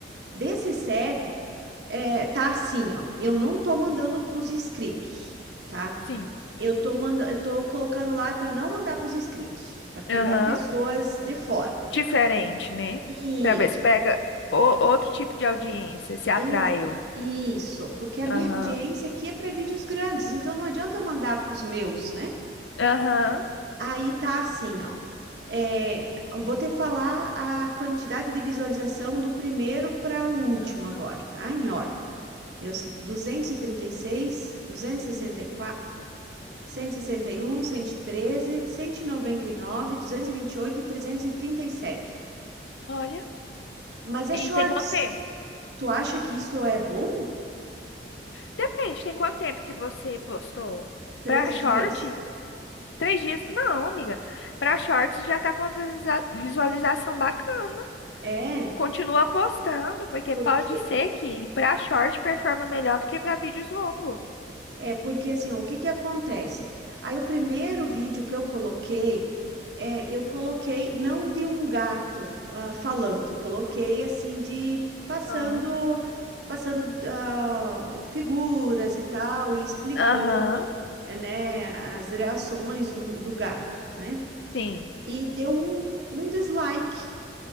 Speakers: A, on the right (about 70°); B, on the left (about 85°).
A: Desses sete, é, tá assim, ó. Eu não tô mandando para os inscritos, tá?
B: Sim.
A: Eu tô manda, eu tô colocando lá para não mandar para os inscritos, para pegar
B: Aham.
A: pessoas de fora.
B: diferente, né?
A: Isso,
B: Pra ver se pega o- outro tipo de audiência, se atraiu.
A: exa, isso, porque a minha
B: Aham.
A: audiência aqui é para vídeos grandes, então não adianta eu mandar para os meus, né?
B: Aham.
A: Aí tá assim, ó. É, eu vou te falar a quantidade de visualização do primeiro para o último
B: Aham.
A: agora, tá? Em ordem. Eu assim, 236, 264,
B: Uhum.
A: 161, 113, 199, 228 e quatro cento cento cento e e e e e e quatro, cento e sessenta e um cento e treze cento e noventa e nove duzentos e vinte e oito e trezentos e trinta e sete
B: Olha.
A: Mas é
B: E
A: shorts.
B: tem quanto tempo?
A: Tu acha que isso é bom?
B: Depende, tem quanto tempo que você postou?
A: Três
B: Pra short?
A: dias.
B: Três dias? Não, amiga. Pra shorts já tá com uma visualiza- visualização bacana.
A: É,
B: Continua postando, porque
A: porque
B: pode ser que pra short performa melhor do que pra vídeos longos.
A: É porque assim, ó, o que que acontece? Aí o primeiro vídeo que eu coloquei, é, eu coloquei não de um gato ah, falante, eu coloquei assim de passando,
B: Aham.
A: passando ah, figuras e tal, e explicando,
B: Aham.
A: eh, né, as reações do, do gato, né?
B: Sim.
A: E deu um, um dislike,